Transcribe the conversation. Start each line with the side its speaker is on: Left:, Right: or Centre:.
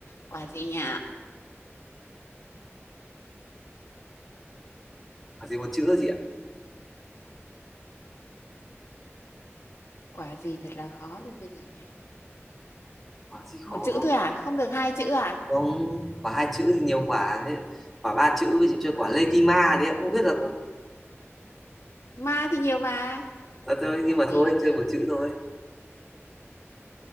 Left: quả gì nhỉ
Centre: Quả gì một chữ chị ạ?
Left: quả gì thật là khó được bây giờ nhỉ
Centre: Quả gì khó?
Left: một chữ thôi à không được hai chữ à
Centre: Không, quả hai chữ thì nhiều quả. Thế- Quả ba chữ với chị chơi quả lê kim ma đấy em không biết là
Left: ma thì nhiều mà
Centre: Ờ, thôi
Left: quả
Centre: nhưng mà
Left: gì
Centre: thôi
Left: bây giờ
Centre: chơi một chữ thôi.